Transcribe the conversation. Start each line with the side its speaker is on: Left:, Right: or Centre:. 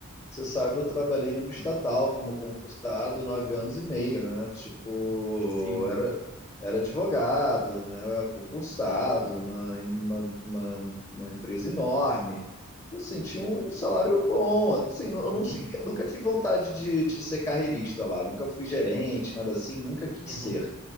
Left: Você sabe, eu trabalhei numa estatal como concursado nove anos e meio, né? Tipo,
Right: Sim.
Left: era, era advogado, né? Concursado numa, numa uma, uma empresa enorme. Então, assim, tinha um salário bom. Assim, eu
Right: Uhum,
Left: não segui- nunca tive vontade de, de ser carreirista lá, nunca fui gerente, nada assim, nunca quis
Right: uhum.
Left: ser.